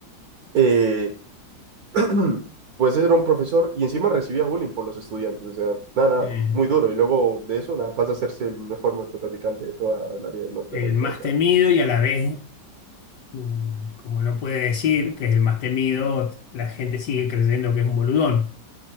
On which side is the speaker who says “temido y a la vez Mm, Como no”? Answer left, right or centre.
Left